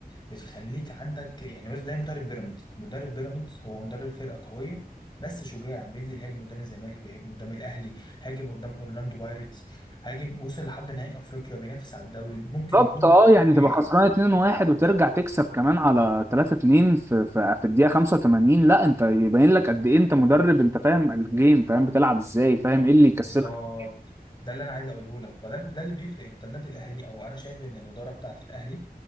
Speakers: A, on the left; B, on the right.
A: بتخليك عندك يعني بس زي مدرب بيراميدز مدرب بيراميدز هو مدرب فرقه قويه بس شجاع بينزل يهاجم قدام الزمالك بيهاجم قدام الاهلي هاجم قدام اورلاندو بايرتس هاجم وصل لحد نهائي افريقيا بينافس على الدوري ممكن
B: بالظبط
A: يكون
B: اه يعني
A: آه،
B: تبقى خسران 2-1 وترجع تكسب كمان على 3-2 في في, في الدقيقة 85 لا انت يبين لك قد ايه انت مدرب انت فاهم الجيم فاهم بتلعب ازاي فاهم ايه اللي يكسبك
A: بالظبط ده اللي انا عايز اقوله لك فده ده اللي بيفرق انت النادي الاهلي او انا شايف ان الاداره بتاعه الاهلي